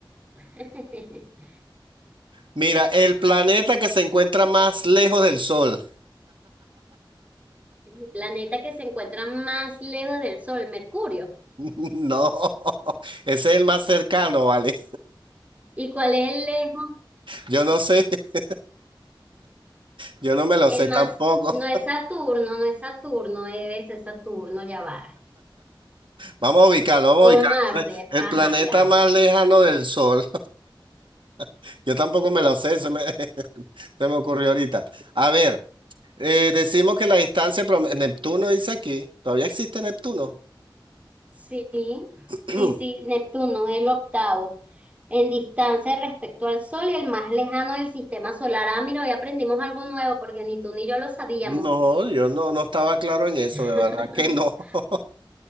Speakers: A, on the right; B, on the right.
A: <laughs>
B: Mira, el planeta que se encuentra más lejos del Sol.
A: El planeta que se encuentra más lejos del Sol, Mercurio.
B: <laughs> No, ese es el más cercano, ¿vale?
A: ¿Y cuál es el lejos?
B: Yo no sé, <laughs> yo no me lo
A: El
B: sé tampoco.
A: más, no es Saturno, no es Saturno, es es Saturno, ya va.
B: Vamos a ubicarlo, vamos
A: O
B: a ubicarlo.
A: Marte,
B: ¿Vale? El
A: ajá,
B: planeta
A: ya.
B: más lejano del Sol. <laughs> Yo tampoco me lo sé, se me, <laughs> se me ocurrió ahorita. A ver, eh, decimos que la distancia, prom- Neptuno dice aquí, ¿todavía existe Neptuno?
A: Sí,
B: <clears throat>
A: sí, sí, Neptuno, el octavo. en distancia respecto al Sol y el más lejano del sistema solar. Ah, mira, hoy aprendimos algo nuevo porque ni tú ni yo lo sabíamos.
B: No, yo no, no estaba claro en eso,
A: <laughs>
B: de verdad que no. <laughs>